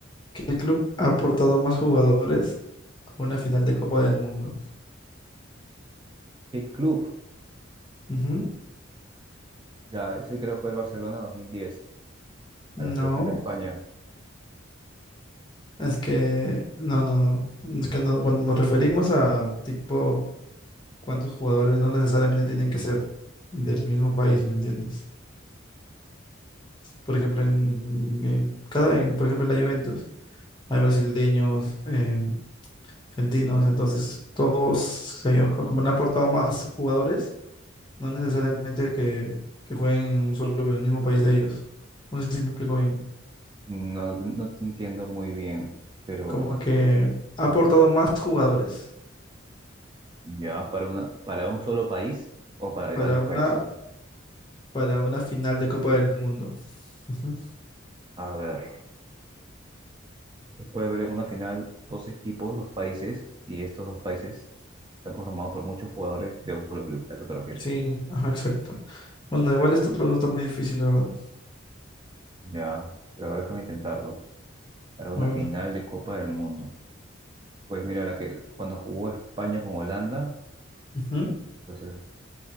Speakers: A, on the left; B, on the right.
A: ¿Qué club ha aportado más jugadores a una final de Copa del Mundo?
B: ¿Qué club?
A: Ujú.
B: Ya, ese creo fue el Barcelona 2010,
A: No,
B: a la selección de España.
A: es que, no, no, no. Es que no, cuando nos referimos a tipo cuántos jugadores no necesariamente tienen que ser del mismo país, ¿me entiendes? Por ejemplo, en, en cada, en, por ejemplo, en la Juventus hay brasileños, em, argentinos, entonces todos se, o como han aportado más jugadores, no necesariamente que, que jueguen en un solo, en el mismo país de ellos. No sé si me explico bien.
B: No, no, te no te entiendo muy bien, pero
A: Como que ha aportado más jugadores
B: ya, para una, para un solo país o para
A: para
B: varios
A: una,
B: países.
A: para una final de Copa del Mundo. Ujú.
B: A ver. Se puede ver en una final dos equipos, dos países, y estos dos países están conformados por muchos jugadores de un solo club. ¿A eso te refieres?
A: Sí, ajá, exacto. Bueno, igual esta pregunta está muy difícil, la verdad.
B: Ya, pero ahora déjame intentarlo. Para una
A: A ver.
B: final de Copa del Mundo. Pues mira, la que cuando jugó España con Holanda,
A: Ujú,
B: pues el,